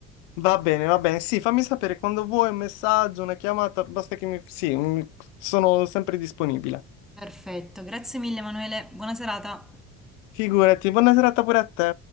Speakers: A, on the left; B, in the centre.
A: Va bene, va bene, sì, fammi sapere quando vuoi un messaggio, una chiamata, basta che mi... Sì, un- sono sempre disponibile.
B: Perfetto, grazie mille Emanuele, buona serata.
A: Figurati, buona serata pure a te.